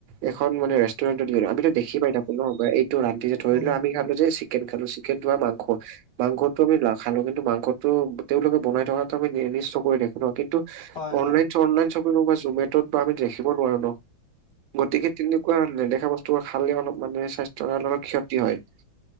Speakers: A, on the right (about 85°); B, on the left (about 40°).
A: এখন মানে ৰেষ্টুৰেণ্টত গলো আমিতো দেখি পাই থাকো ন বা, টো ৰান্ধি যে ধৰি
B: উম
A: লোৱা আমি খালো যে চিকেন খালো চিকেনটো মাংস মাংসটো আমি ল খ নাখালো কিন্তু মাংসতটো তেওঁলোকে বনাই থকাটো আমি নিষ্ট কৰি দেখো ন কিন্তু
B: হয়
A: অনলাইন
B: হয়
A: চঅনলাই চ, কোৱা জমেটত বা আমি দেখিব নোৱাৰো ন। গতিকে তেনেকুৱা নেদেখা বস্তুবোৰ খালে অলপ মানে স্বাস্থ্যৰ কাৰণে অলপ ক্ষতি হয়।